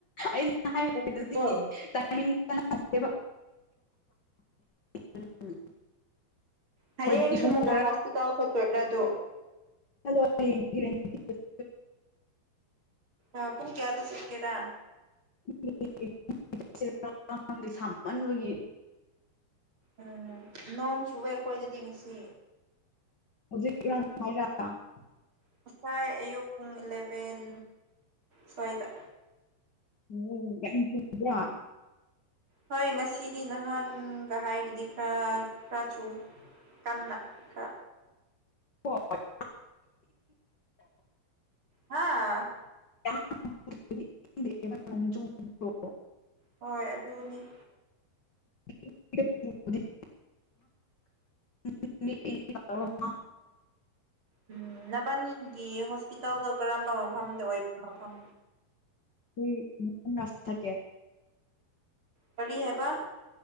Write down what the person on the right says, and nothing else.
ꯑꯣ
ꯍꯌꯦꯡꯁꯨ
ꯑꯃꯨꯛꯒ
ꯍꯣꯁꯄꯤꯇꯥꯜ ꯆꯠꯇꯣꯏꯔ ꯑꯗꯨ
ꯑ ꯄꯨꯡ ꯀꯌꯥꯗ ꯆꯠꯀꯦꯔꯥ
ꯎꯝ ꯅꯣꯡ ꯆꯨꯋꯦ ꯑꯩꯈꯣꯏꯗꯗꯤ ꯉꯁꯤ
ꯉꯁꯥꯏ ꯑꯌꯨꯛ ꯄꯨꯡ ꯏꯂꯚꯦꯟ ꯁ꯭ꯋꯥꯏꯗ
ꯍꯣꯏ ꯉꯁꯤꯗꯤ ꯅꯍꯥꯟꯒ ꯍꯥꯏꯔꯗꯤ ꯈꯔ ꯈꯔ ꯆꯨꯏꯌꯦ ꯀꯟꯅ ꯈꯔ
ꯍꯥꯥ
ꯍꯣꯏ ꯑꯗꯨꯅꯦ
ꯎꯝ ꯅꯕꯥꯟꯅꯤꯒꯤ ꯍꯣꯁꯄꯤꯇꯥꯜꯗꯣ ꯀꯔꯝꯕ ꯃꯐꯝꯗ ꯑꯣꯏꯕ ꯃꯐꯝ
ꯀꯔꯤ ꯍꯥꯏꯕ